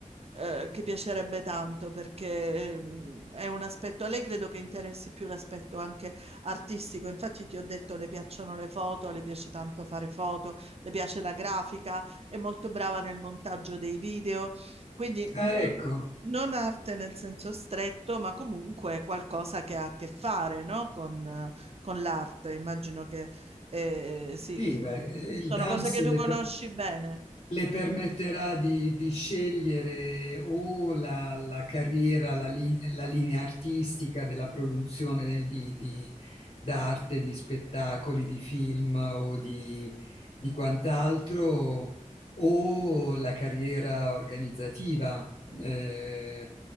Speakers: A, on the right; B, on the left.
A: eh, che piacerebbe tanto perché ehm, è un aspetto, a lei credo che interessi più l'aspetto anche artistico, infatti ti ho detto le piacciono le foto, le piace tanto fare foto, le piace la grafica, è molto brava nel montaggio dei video, quindi
B: ah,
A: non...
B: ecco,
A: Non arte nel senso stretto, ma comunque qualcosa che ha a che fare, no? Con, eh, con l'arte. Immagino che eh, sì,
B: sì,
A: so-
B: beh, il
A: sono
B: DAMS,
A: cose che tu
B: le,
A: conosci bene.
B: le permetterà di, di scegliere o la, la carriera, la, li- la linea artistica della produzione di, di- d'arte, di spettacoli, di film o di, di quant'altro, o la carriera organizzativa. Eh,